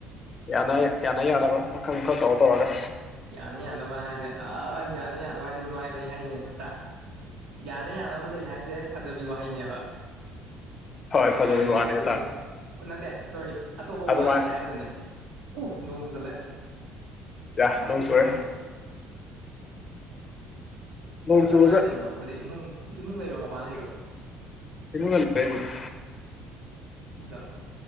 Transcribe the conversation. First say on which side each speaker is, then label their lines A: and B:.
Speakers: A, on the left; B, on the right.
A: ꯌꯥꯅ ꯌ ꯌꯥꯅ ꯌꯥꯅꯕ ꯃꯈꯜ ꯃꯈꯜ ꯇꯧꯔ ꯇꯧꯔꯒ
B: ꯌꯥꯅ ꯌꯥꯅꯕ ꯍꯥꯏꯁꯦ ꯑꯥ ꯌꯥꯅ ꯌꯥꯅꯕ ꯍꯥꯏꯁꯦ ꯅꯨꯡꯉꯥꯏ ꯂꯩ ꯍꯥꯏꯅꯤ ꯀꯩꯅꯣ ꯅꯠꯇ꯭ꯔꯥ ꯌꯥꯅ ꯌꯥꯅꯕ ꯂꯩ ꯍꯥꯏꯁꯦ ꯐꯖꯕꯤ ꯋꯥꯍꯩꯅꯦꯕ
A: ꯍꯣꯏ
B: ꯅꯨꯡꯉꯥꯏꯅ
A: ꯐꯖꯕꯩ
B: ꯂꯩ
A: ꯋꯥꯅꯤ
B: ꯍꯥꯏꯕꯒꯤ
A: ꯍꯥꯏꯇꯥꯔꯦ
B: ꯑꯣ ꯅꯠꯇꯦ ꯁꯣꯔꯤ ꯑꯇꯣꯞꯄ
A: ꯑꯗꯨꯃꯥꯏꯅ
B: ꯋꯥꯅꯦ ꯍꯥꯏꯒꯗꯝꯅꯦ ꯎ ꯅꯣꯡ ꯆꯨꯁꯜꯂꯦ
A: ꯌꯥ
B: ꯃꯊꯛꯇ
A: ꯅꯣꯡ ꯆꯨꯔꯦ
B: ꯆꯠꯂꯝꯕꯅꯦ ꯄꯨꯡꯉꯣ
A: ꯅꯣꯡ
B: ꯅꯪ
A: ꯆꯨꯕꯁꯦ
B: ꯀꯥꯏ ꯂꯩꯅꯣ ꯍꯧꯖꯤꯛ ꯏꯃꯨꯡ ꯏꯃꯨꯡ ꯂꯩꯔꯣ ꯃꯄꯥꯟ ꯂꯩꯔꯣ
A: ꯏꯃꯨꯡ ꯂꯩꯌꯦ ꯑꯩꯕꯨꯗꯤ
B: ꯏꯃꯨꯡꯗ